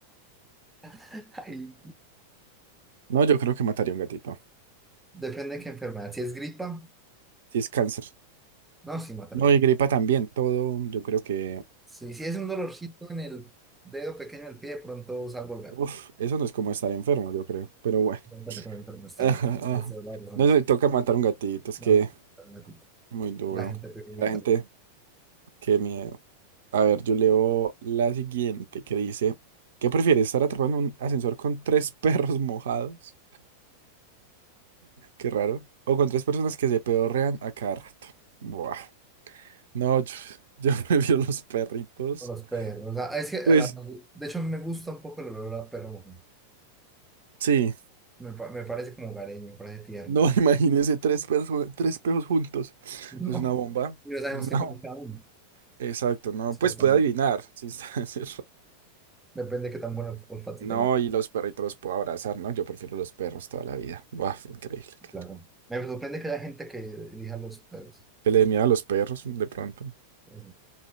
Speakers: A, in the centre; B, on the right.
A: <laughs> Ay,
B: No, yo creo que mataría a un gatito.
A: depende de qué enfermedad. Si es gripa,
B: Si es cáncer.
A: no, sí matar
B: No,
A: el-
B: y gripa también, todo, yo creo que...
A: Sí, si es un dolorcito en el dedo pequeño del pie, de pronto salvo el gato.
B: Uf, eso no es como estar enfermo, yo creo, pero bueno.
A: No, espérate, con el enfermo está
B: Ajá,
A: bien.
B: ajá.
A: Esa es la razón,
B: No
A: sí.
B: sé, toca matar un gatito, es
A: No,
B: que
A: matar un gatito.
B: muy duro.
A: La gente prefiere
B: La
A: matar
B: gente, qué miedo. A ver, yo leo la siguiente que dice, ¿qué prefieres, estar atrapado en un ascensor con tres <laughs> perros mojados? Qué raro. O con tres personas que se pedorrean a cada rato. Buah. No, yo, yo <laughs> prefiero los perritos.
A: Los perros. O sea, es que
B: Pues
A: a la- de hecho me gusta un poco el olor a perro mojón.
B: sí,
A: Me, pa- me parece como hogareño, me parece tierno.
B: no,
A: <laughs>
B: <laughs> imagínense tres perros, tres perros juntos.
A: No,
B: Es una bomba.
A: y no sabemos
B: Es una
A: qué come
B: bomba.
A: cada uno.
B: Exacto, no,
A: Es
B: pues
A: que están
B: puede adivinar. Sí, está, <laughs> sí,
A: depende de qué tan buen olfato
B: No,
A: tengan.
B: y los perritos los puedo abrazar, ¿no? Yo prefiero los perros toda la vida. Buah, increíble, claro.
A: Claro. Me sorprende que haya gente que elija los perros.
B: Que le dé miedo a los perros de pronto.
A: Es-